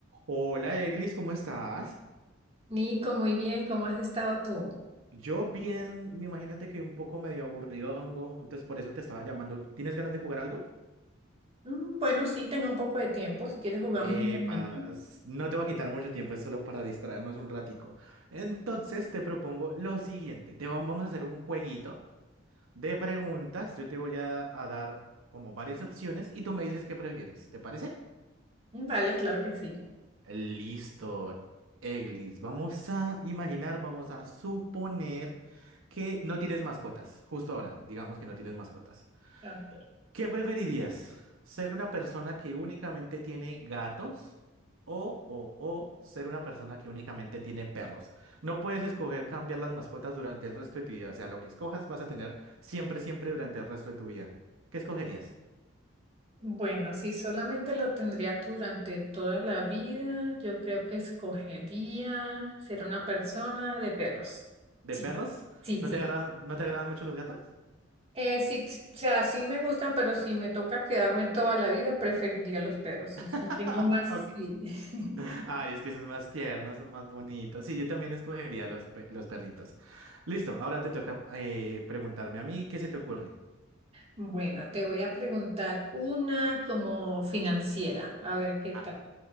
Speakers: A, on the right; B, on the right.
A: Hola Eglis, ¿cómo estás?
B: Nico, muy bien, ¿cómo has estado tú?
A: Yo bien, me imagínate que un poco medio aburridongo, entonces por eso te estaba llamando. ¿Tienes ganas de jugar algo?
B: "Mm, Bueno, sí, tengo un poco de tiempo, si quieres jugamos
A: Eh,
B: un momento.
A: no te va a quitar mucho tiempo, es solo para distraernos un ratico. Entonces te propongo lo siguiente, te vam- vamos a hacer un jueguito de preguntas, yo te voy a, a dar como varias opciones y tú me dices qué prefieres, ¿te parece?
B: "Mm, Vale, claro que sí.
A: Listo, Eglis. Vamos a imaginar, vamos a suponer que no tienes mascotas. Justo ahora, digamos que no tienes mascotas.
B: Ok.
A: ¿Qué preferirías? ¿Ser una persona que únicamente tiene gatos o, o, o ser una persona que únicamente tiene perros? No puedes escoger cambiar las mascotas durante el resto de tu vida. O sea, lo que escojas vas a tener siempre, siempre durante el resto de tu vida. ¿Qué escogerías?
B: Bueno, si solamente lo tendría tú durante toda la vida, yo creo que escogería ser una persona de perros.
A: ¿De
B: Sí,
A: perros?
B: sí,
A: ¿No
B: sí.
A: te agradan, no te agradan mucho los gatos?
B: Eh, sí, sí, o sea, sí me gustan, pero si me toca quedarme toda la vida, preferiría los perros. Sí, sí
A: <laughs>
B: tengo más.
A: Ok.
B: sí. <laughs>
A: Ay, es que son más tiernos, son más bonitos. Sí, yo también escogería los, pe- los perritos. Listo, ahora te toca eh, preguntarme a mí, ¿qué se te ocurre?
B: Bueno, te voy a preguntar una como financiera, a ver qué
A: A,
B: tal.